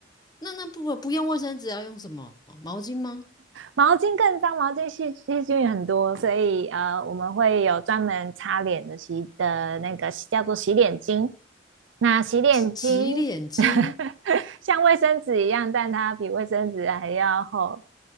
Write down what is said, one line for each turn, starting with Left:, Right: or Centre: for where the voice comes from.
Left: 那那不不用卫生纸，要用什么？毛巾吗？
Right: 毛巾更脏，毛巾细细菌很多，所以呃，我们会有专门擦脸的洗的那个叫做洗脸巾。那洗脸巾
Left: 洗脸巾？
Right: <laughs> 像卫生纸一样，但它比卫生纸还要厚